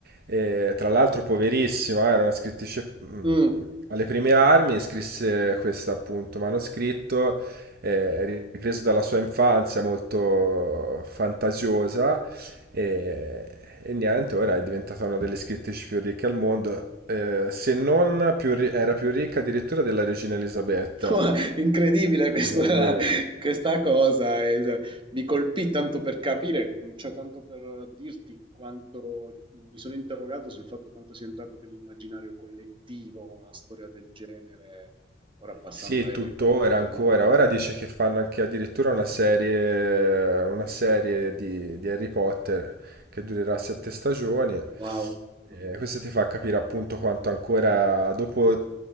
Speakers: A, on the right; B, on the right.
A: e, tra l'altro poverissima, eh, era una scrittrice mh,
B: Mm.
A: alle prime armi, e scrisse questo appunto manoscritto, eh, ripreso dalla sua infanzia molto fantasiosa e, e niente, ora è diventata una delle scrittrici più ricche al mondo, eh, se non più ri- era più ricca addirittura della regina Elisabetta,
B: <laughs> Incredibile questa,
A: davvero.
B: questa cosa, e, cioè, mi colpì tanto per capire, cioè tanto per dirti quanto mi sono interrogato sul fatto quanto sia entrato nell'immaginario collettivo una storia del genere, ora passando
A: Sì,
B: a Harry
A: tuttora,
B: Potter,
A: ancora.
B: no?
A: Ora dice che fanno anche addirittura una serie, una serie di, di Harry Potter che durerà sette stagioni.
B: Wow. Mhm,
A: E questo ti fa capire appunto quanto ancora, dopo